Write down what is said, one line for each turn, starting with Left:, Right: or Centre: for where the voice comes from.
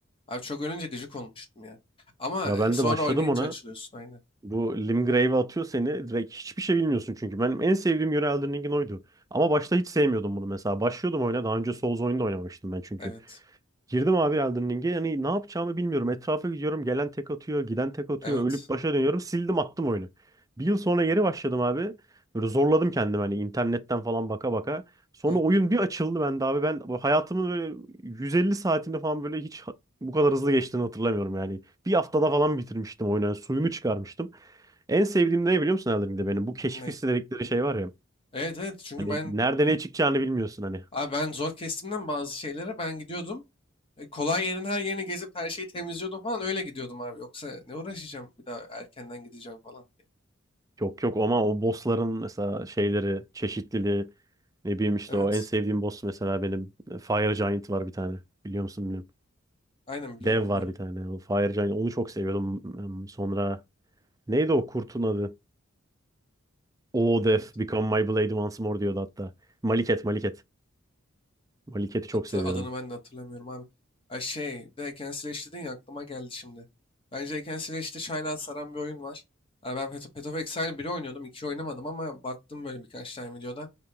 Left: Abi çok ölünce gıcık olmuştum ya. Ama
Right: Ya
Left: e,
Right: ben
Left: sonra
Right: de başladım
Left: oynayınca
Right: ona.
Left: açılıyorsun aynen.
Right: Bu Limgrave'e atıyor seni. Direkt hiçbir şey bilmiyorsun çünkü. Benim en sevdiğim yönü Elden Ring'in oydu. Ama başta hiç sevmiyordum bunu mesela. Başlıyordum oyuna. Daha önce Souls oyunu da oynamamıştım ben çünkü.
Left: Evet.
Right: Girdim abi Elden Ring'e. Yani ne yapacağımı bilmiyorum. Etrafa gidiyorum. Gelen tek atıyor. Giden tek atıyor.
Left: Evet.
Right: Ölüp başa dönüyorum. Sildim attım oyunu. Bir yıl sonra geri başladım abi. Böyle zorladım kendimi hani internetten falan baka baka. Sonra
Left: Aynen.
Right: oyun bir açıldı bende abi. Ben bu hayatımın böyle 150 saatini falan böyle hiç ha- bu kadar hızlı geçtiğini hatırlamıyorum yani. Bir haftada falan bitirmiştim oyunu. Yani suyunu çıkarmıştım. En sevdiğim de ne biliyor musun Elden Ring'de benim? Bu keşif
Left: Ney?
Right: hissi dedikleri şey var ya.
Left: Evet evet çünkü
Right: Hani
Left: ben
Right: nerede ne çıkacağını bilmiyorsun hani.
Left: abi ben zor kestimden bazı şeylere ben gidiyordum. E, Kolay yerin her yerini gezip her şeyi temizliyordum falan öyle gidiyordum abi. Yoksa ne uğraşacağım bir daha erkenden gideceğim falan diye.
Right: Yok yok ama o bossların mesela şeyleri, çeşitliliği ne bileyim işte
Left: Evet.
Right: o en sevdiğim boss mesela benim e, Fire Giant var bir tane. Biliyor musun bilmiyorum.
Left: Aynen biliyorum
Right: Dev var bir tane. O Fire Giant onu çok seviyordum. Hmm, Sonra neydi o kurtun adı? O Death
Left: biliyorum.
Right: Become My Blade Once More diyordu hatta. Maliket, Maliket. Maliket'i çok
Left: Hatta
Right: seviyordum.
Left: adını ben de hatırlamıyorum abi. Ay şey, bir de Hack and Slash dedin ya aklıma geldi şimdi. Bence Hack and Slash'te Shine'a saran bir oyun var. Yani ben Path Path of Exile'ı bir oynuyordum, iki oynamadım ama baktım böyle birkaç tane videoda.